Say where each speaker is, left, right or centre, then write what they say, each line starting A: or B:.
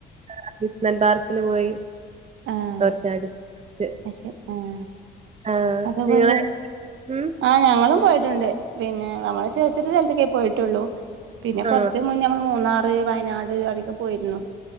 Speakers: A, on the right; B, on the right.
A: അമുസ്മെന്റ് പാർക്കില് പോയി
B: ആഹ്
A: കുറച്ച അടിച്ച്
B: അത് ശരി ആഹ്
A: ആഹ്
B: അതൊക്കെ
A: നിങ്ങളെ
B: ഒരു
A: ഉം
B: ആഹ് ഞങ്ങളും പോയിട്ടുണ്ട് പിന്നെ നമ്മളെ ചെറിയ ചെറിയ സ്ഥലത്തൊക്കേ പോയിട്ടുള്ളൂ പിന്നെ കുറച്ച്
A: ആഹ്
B: മുന്നേ ഞമ്മൾ മൂന്നാറ് വയനാട് അവിടെക്കെ പോയിരുന്നു